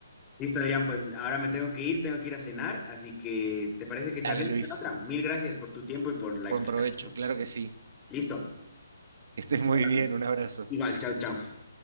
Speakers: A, on the left; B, on the right.
A: Listo, Adrián, pues ahora me tengo que ir, tengo que ir a cenar, así que ¿te parece que charlemos
B: Dale, Luis.
A: en otra? Mil gracias por tu tiempo y por la
B: Buen
A: explicación.
B: provecho. Claro que sí.
A: Listo,
B: Que estés
A: nos
B: muy
A: hablamos.
B: bien. Un abrazo.
A: Igual, chao, chao.